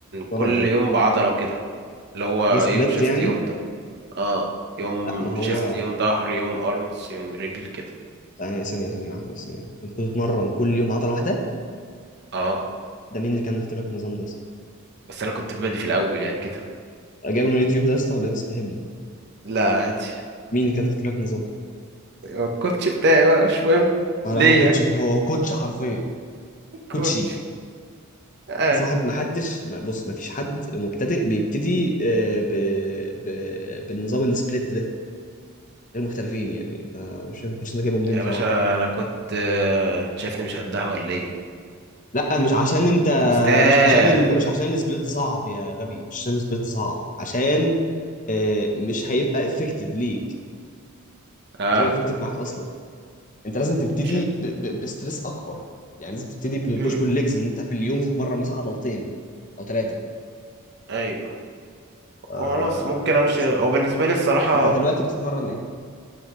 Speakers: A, on the left (about 35°); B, on the right (about 50°).
A: بتمرن
B: كل
A: ايه
B: يوم بعضله وكده اللي هو
A: برو سبليت
B: يوم شيست
A: يعني
B: يوم اه يوم
A: لا ما هو
B: شيفت يوم ظهر يوم ارمز يوم رجل كده
A: ثانية ثانية ثانية واحدة بس ثانية انت كنت بتتمرن كل يوم عضلة واحدة
B: اه
A: ده مين اللي كان مكتب لك النظام ده بس
B: بس انا كنت بادي في الاول يعني كده
A: جايبه من اليوتيوب ده يا اسطى ولا إيه؟ بس فهمني
B: لا عادي
A: مين اللي كان مكتب لك النظام
B: هو الكوتش بتاعي بقى مش مهم
A: اه
B: ليا
A: لا هو كوتش هو كوتش حرفيا كوتشي
B: كوتش اه
A: بس ما حد ما حدش ما بص ما فيش حد مبتدئ بيبتدي آه، ب... ب... بالنظام السبليت ده غير محترفين يعني فمش فاهم الكوتش ده جايبه منين
B: يا
A: بصراحة
B: باشا انا كنت آه، انت شايفني مش قدها ولا ايه
A: لا مش عشان انت
B: كنت استاذ
A: مش عشان ال... مش عشان السبليت صعب يا غبي مش عشان السبليت صعب عشان آه، مش هيبقى افكتيف ليك
B: اه
A: مش هيبقى افكتيف معاك اصلا انت لازم تبتدي
B: مش
A: ب... ب... بستريس اكبر يعني لازم تبتدي ببوش
B: امم
A: بول ليجز ان انت في اليوم تتمرن مثلا عضلتين او ثلاثه
B: ايوه
A: آه...
B: خلاص ممكن امشي هو بالنسبه لي الصراحه
A: انت دلوقتي بتتمرن ايه